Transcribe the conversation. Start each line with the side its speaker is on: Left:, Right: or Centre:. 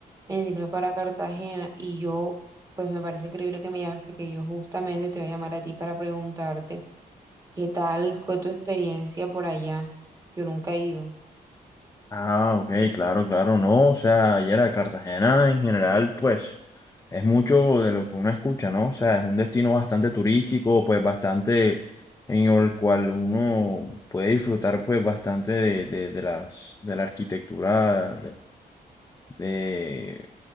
Right: en irme para Cartagena y yo, pues me parece increíble que me llames porque yo justamente te voy a llamar a ti para preguntarte qué tal fue tu experiencia por allá. Yo nunca he ido.
Left: Ah, ok, claro, claro, no. O sea, ayer a Cartagena en general, pues, es mucho de lo que uno escucha, ¿no? O sea, es un destino bastante turístico, pues, bastante en el cual uno puede disfrutar, pues, bastante de, de, de las, de la arquitectura, de,